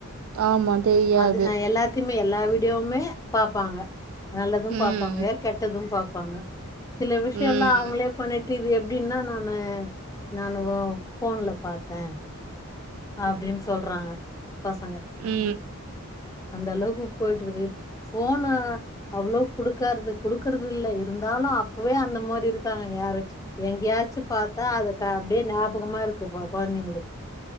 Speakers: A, on the right (about 70°); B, on the left (about 15°).
A: ஆமா தெரியாது
B: அதுங்க எல்லாத்தையுமே எல்லா வீடியோவுமே பாப்பாங்க நல்லதும்
A: ம்
B: பாப்பாங்க கெட்டதும் பாப்பாங்க சில விஷயம்
A: ம்
B: எல்லாம் அவங்களே பண்ணிட்டு இது எப்டின்னா நானு நானு‌ம் போன்ல பாத்தேன் அப்டின்னு சொல்றாங்க பசங்க
A: உம்
B: அந்த அளவுக்கு போயிட்டு இருக்கு போனு அவ்ளோ குடுக்காருது குடுக்குறது இல்ல இருந்தாலும் அப்பவே அந்த மாதிரி இருக்காங்க யாரு எங்கயாச்சும் பாத்தா அதுக்கு அப்டியே ஞாபகமா இருக்கு கொழந்தைங்களுக்கு